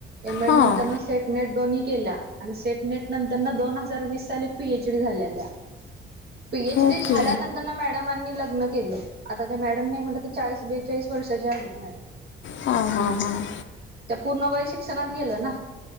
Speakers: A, on the right (about 55°); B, on the left (about 70°).
A: एम एड
B: हां,
A: नंतर न सेट नेट दोन्ही केला. आणि सेट नेट नंतर न दोन हजार वीस साली पीएच डी झाल्या त्या. PH
B: okay.
A: D झाल्यानंतर ना मॅडमांनी लग्न केलं आता. मॅडम नाही म्हट ते चास बेचाळीस वर्षाचे आहेत मॅडम
B: हां, हां, हां.
A: त्या पूर्ण वय शिक्षणात गेलं ना